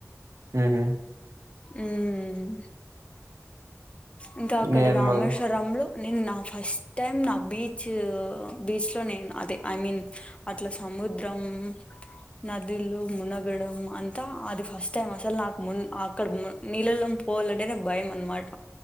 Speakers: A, on the right; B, on the left.
A: ఉహుమ్
B: ఉమ్ ఇంకా అక్కడ
A: నేను
B: రామేశ్వరం
A: మళ్ళ
B: లో నేను నా ఫస్ట్ టైం నా బీచ్ బీచ్ లో నేను అదే ఐ మీన్ అట్లా సముద్రం నదులు మునగడం అంతా అది ఫస్ట్ టైం అసలు నాకు ము అక్కడ నీళ్ళలో పోవాలంటే నే భయం అన్నమాట